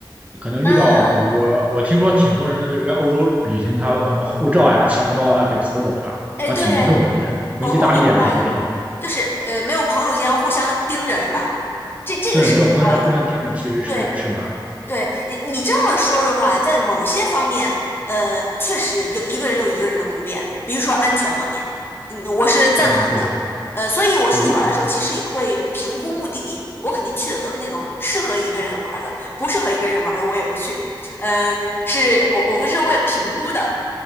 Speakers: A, on the right; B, on the left.
A: 可能遇到，
B: 嗯，
A: 比如说我听说挺多人在这边欧洲旅行，他什么护照呀、钱包啊被偷的，对吧？
B: 哎，
A: 啊，
B: 对，
A: 挺严重的这边，什么意大利啊这些地方，
B: 我我明白，就是呃，没有朋友间互相盯着是吧？这这个是有道理的，
A: 对，没有朋友互相盯着，其实是是吧？
B: 对。对你，你这么说的话，在某些方面，呃，确实有一个人有一个人的不便，比如说安全方面，嗯，我是赞同的。
A: 嗯，对
B: 呃，所以我出去玩的时候，
A: 对，
B: 其实也会评估目的地，我肯定去的都是那种适合一个人玩的，不适合一个人玩的我也不去。呃，是我我会是会评估的。